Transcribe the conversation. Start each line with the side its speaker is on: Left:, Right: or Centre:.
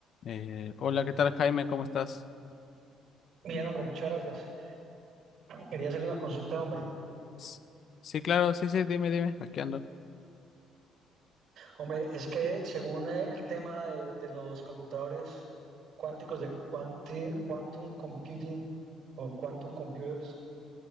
Left: Eh, hola, ¿qué tal, Jaime? ¿Cómo estás?
Right: Bien, hombre, muchas gracias. Quería hacerle una consulta, hombre.
Left: S- Sí, claro, sí, sí, dime, dime, aquí ando.
Right: Hombre, es que según eh, el tema de, de los computadores cuánticos de cuanti- quantum computing o quantum computers,